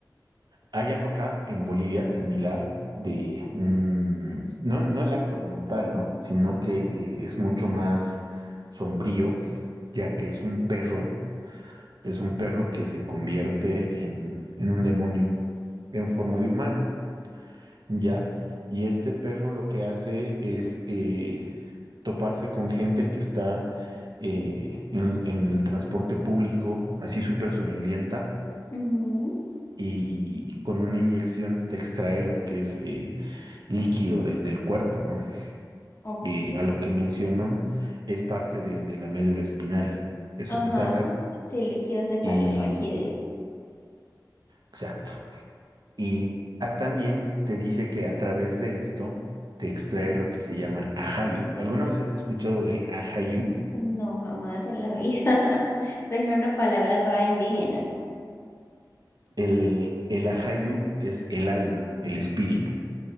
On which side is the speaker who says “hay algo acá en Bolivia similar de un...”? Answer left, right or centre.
Right